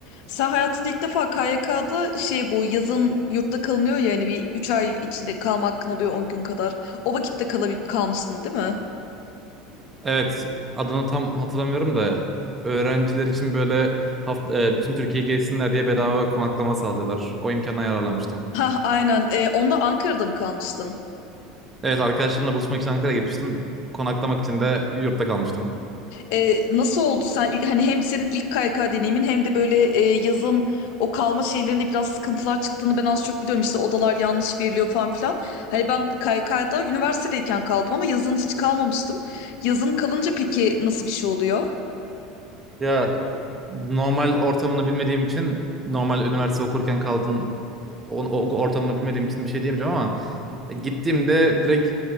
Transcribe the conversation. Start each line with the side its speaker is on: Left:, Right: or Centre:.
Left: Sen hayatında ilk defa KYK'da şey bu yazın yurtta kalınıyor ya hani bir 3 ay içinde kalma hakkın oluyor 10 gün kadar. O vakitte kalabil kalmışsın değil mi?
Right: Evet, adını tam hatırlamıyorum da öğrenciler için böyle haft e, bütün Türkiye gezsinler diye bedava konaklama sağladılar. O imkandan yararlanmıştım.
Left: Ha aynen. Ee, onda Ankara'da mı kalmıştın?
Right: Evet, arkadaşlarımla buluşmak için Ankara'ya gitmiştim. Konaklamak için de yurtta kalmıştım.
Left: Ee, nasıl oldu sen ilk- hani hem senin ilk KYK deneyimin hem de böyle e, yazın o kalma şeylerinde biraz sıkıntılar çıktığını ben az çok biliyorum. İşte odalar yanlış veriliyor falan filan. Hani ben KYK'da üniversitedeyken kaldım ama yazın hiç kalmamıştım. Yazın kalınca peki nasıl bir şey oluyor?
Right: Ya normal ortamını bilmediğim için normal üniversite okurken kaldığın o, o ortamını bilmediğim için bir şey diyemeyeceğim ama gittiğimde direkt